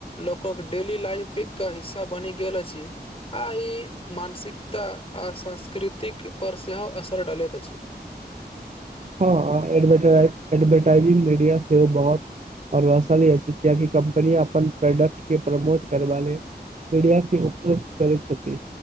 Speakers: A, on the left; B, on the right.
A: लोकक डेली लाफ एक हिस्सा बनि गेल छै आ ई मानसिकता आ संस्कृतिक पर सेहो असर डालैत अछि
B: हँ एडवरटाइजिंग मीडिया सेहो बहुत आओर असल छै कियाकि कम्पनी अपन प्रोडक्ट के प्रमोट करबा लेल मीडिया के उपलब्ध करै छथि